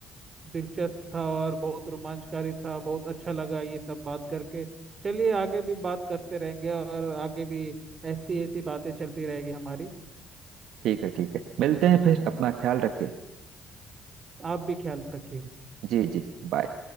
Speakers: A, on the right; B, on the right.
A: दिलचस्प था और बहुत रोमांचकारी था बहुत अच्छा लगा ये सब बात करके चलिए आगे भी बात करते रहेंगे और आगे भी ऐसी ऐसी बातें चलती रहेगी हमारी
B: ठीक है ठीक है मिलते हैं फिर अपना ख्याल रखें
A: आप भी ख्याल रखिएगा
B: जी जी बाय